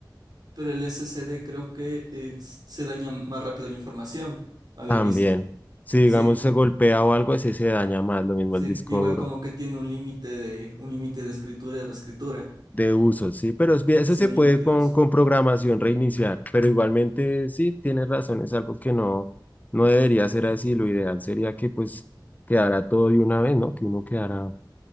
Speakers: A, on the right; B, on the left.
A: pero el SSD creo que eh, s- se daña más rápido la información, había
B: también.
A: visto.
B: Si, digamos,
A: Sí,
B: se golpea o algo, así se daña más, lo mismo
A: sí.
B: el disco
A: Igual
B: duro
A: como que tiene un límite de, un límite de escritura y reescritura.
B: de uso, sí, pero es bien- eso
A: Sí,
B: se
A: un
B: puede
A: límite
B: con,
A: de uso.
B: con programación reiniciar, pero igualmente sí, tienes razón, es algo que no, no debería ser así. Lo ideal sería que pues quedara todo de una vez, ¿no? Que uno quedara...